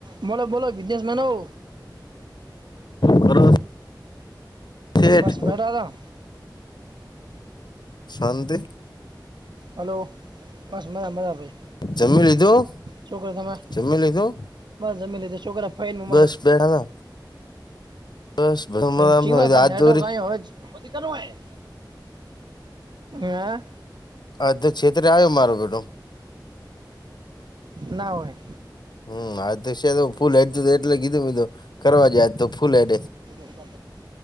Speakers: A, on the right; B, on the left.
A: મને બોલો બિજનેસમન હોઉ
B: કરો શેઠ
A: બસ બેઢાતા.
B: શાંતિ
A: હલો બસ મજા મજા ભાઈ.
B: જમી. લીધું
A: છોકરા તમે
B: જમી લીધું
A: બસ જમીન લીધ છોકરા. બમી
B: બસ બેઠા હતા
A: હવે. જીવા
B: બસ
A: તારું
B: આજ
A: નેટવર્ક
B: દોરી
A: આયુ પોતીકા નય <inaudible> હ
B: આ તો છેતરે આવ્યો મારો બેટો
A: ના હોય
B: હમ આ તો છે તો ફૂલ એડું એટલે કીધું કીધું કરવા જજ તો ફૂલ એડે
A: એંધય